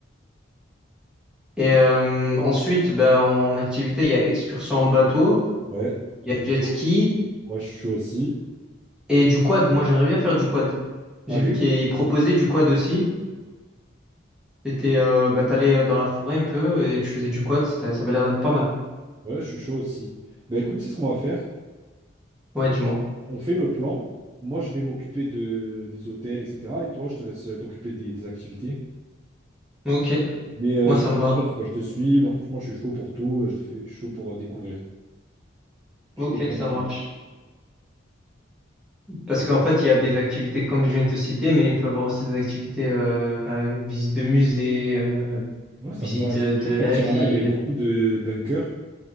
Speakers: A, in the centre; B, on the right.
A: Et euh, ensuite, bah, en activité, il y a excursion en bateau,
B: Ouais,
A: il y
B: je
A: a jet
B: suis chaud.
A: ski
B: Ouais, je suis chaud aussi.
A: et du quad. Moi, j'aimerais bien faire du quad.
B: Allez,
A: J'ai vu qu'ils proposaient du quad aussi. C'était, euh, bah, t'allais euh, dans la forêt un peu et tu faisais du quad. c'était- Ça avait l'air d'être pas mal.
B: ouais, je suis chaud aussi. Bah écoute, tu sais ce qu'on va faire?
A: Ouais, dis-moi.
B: On fait le plan. Moi, je vais m'occuper de, des hôtels, etc. Et toi, je te laisse t'occuper des, des activités.
A: Ok,
B: Mais euh,
A: moi,
B: je
A: ça
B: te fais
A: me va.
B: confiance, quoi. Je te suis. Moi, franchement, je suis chaud pour tout. Je te fais chaud pour euh, découvrir. Je
A: Ok,
B: suis open
A: ça
B: à tout.
A: marche. Parce
B: Et
A: qu'en fait, il y a des activités comme je viens de te citer, mais il peut y avoir aussi des activités, euh, ben, visite de musée, euh,
B: moi, ça
A: visite
B: me va. J'ai
A: euh, de
B: vu
A: la
B: qu'à Tirana,
A: ville.
B: il y avait beaucoup de bunkers